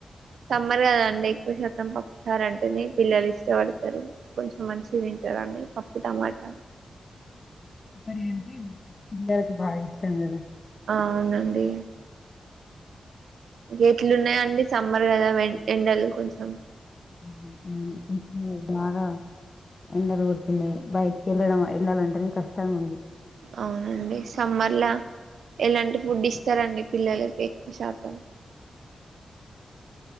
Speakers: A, on the right; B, on the left.
A: సమ్మర్ కదాండి ఎక్కువ శాతం పప్పుసారూ అంటేనే పిల్లలు ఇష్టపడతారు కొంచెం మంచి తింటారండీ పప్పు టమాట
B: పిల్లలకి బాగా ఇష్టం కదా
A: అవునండి ఎట్లున్నాయండి సమ్మర్ కదా ఎండలు కొంచెం
B: ఎండ <unintelligible> బయటికి వెళ్ళడం వెళ్ళాలంటేనే కష్టంగా ఉంది
A: అవునండి సమ్మర్లా ఎలాంటి ఫుడ్ ఇస్తారండి పిల్లలకి ఎక్కువ శాతం